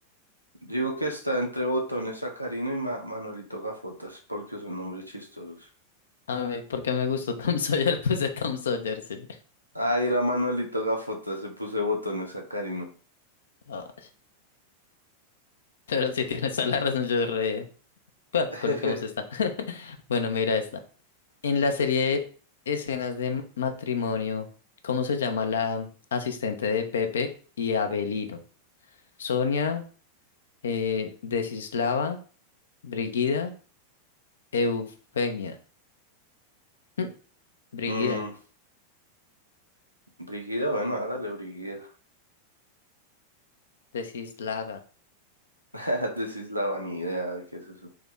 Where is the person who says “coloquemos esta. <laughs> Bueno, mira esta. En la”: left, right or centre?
Left